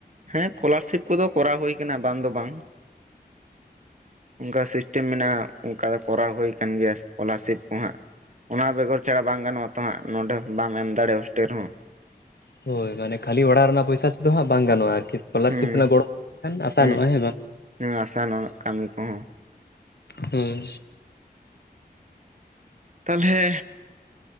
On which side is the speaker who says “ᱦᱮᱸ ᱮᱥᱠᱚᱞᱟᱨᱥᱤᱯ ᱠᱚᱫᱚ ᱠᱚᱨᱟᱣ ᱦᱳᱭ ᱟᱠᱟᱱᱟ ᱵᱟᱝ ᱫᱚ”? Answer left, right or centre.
Right